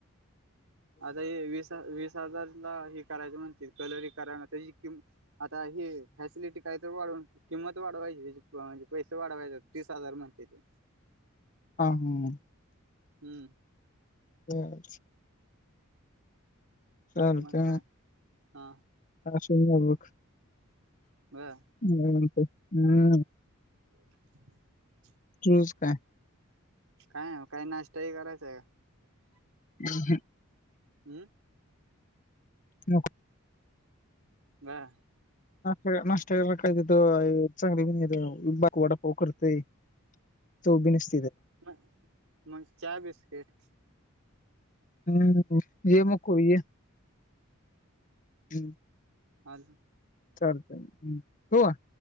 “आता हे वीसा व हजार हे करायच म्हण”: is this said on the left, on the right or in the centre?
Right